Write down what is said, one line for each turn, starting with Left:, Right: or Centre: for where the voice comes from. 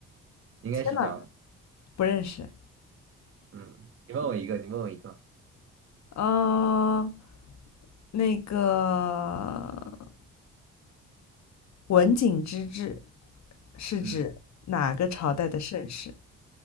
Right: 应该是这样的
Left: 天呐，不认识。
Right: 嗯，你问我一个，你问我一个。
Left: 嗯，那个文景之治是指哪个朝代的盛世？
Right: 嗯，